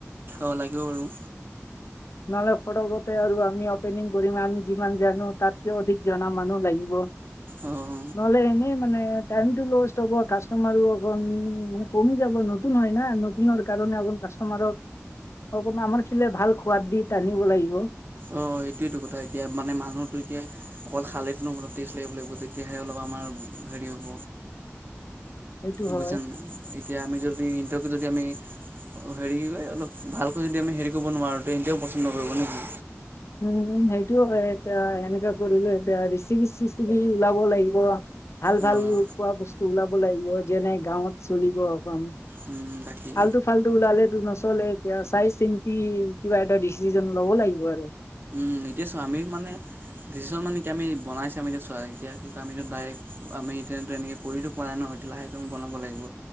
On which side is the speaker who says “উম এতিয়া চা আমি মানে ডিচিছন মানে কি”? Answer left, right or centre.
Right